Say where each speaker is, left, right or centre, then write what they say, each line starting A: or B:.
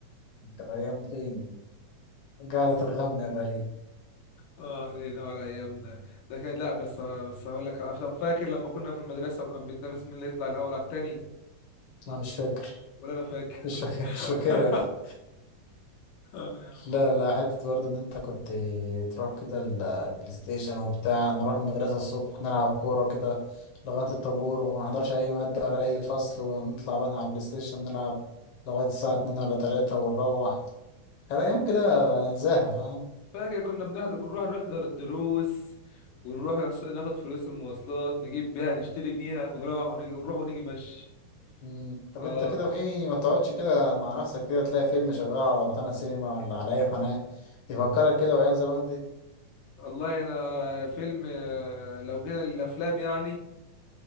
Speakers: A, on the left; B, on the left.
A: طب أيام فين؟ قعدة الغم يا غريب
B: اه علينا وعلى ايامنا ده كان لا بس بس هقول لك على طب فاكر لما كنا في المدرسة وكان بيتنافس مين اللي يطلع الاول على التاني
A: أنا مش فاكر
B: ولا انا فاكر
A: مش فاكر
B: <laughs>
A: مش فاكرها دي
B: أيوة.
A: لا لا حتة برضه إن أنت كنت تروح كده ال- البلاي ستيشن وبتاع نروح المدرسة الصبح نلعب كورة كده لغاية الطابور وما نحضرش أي مادة ولا أي فصل ونطلع بقى على البلاي ستيشن نلعب لغاية الساعة اتنين ولا تلاتة ونروح كان أيام كده زاهة فاهم
B: فاكر كنا بنحضر كنا نروح نروح نحضر الدروس ونروح نس- ناخد فلوس المواصلات نجيب بيها نشتري بيها ونروح ونيجي ونروح ونيجي مشي
A: مم. طب
B: اه
A: أنت كده في ما بتقعدش كده مع نفسك كده تلاقي فيلم شغال على روتانا سينما ولا على أي قناة يفكرك كده بأيام زمان دي
B: والله انا فيلم آه، لو جينا للافلام يعني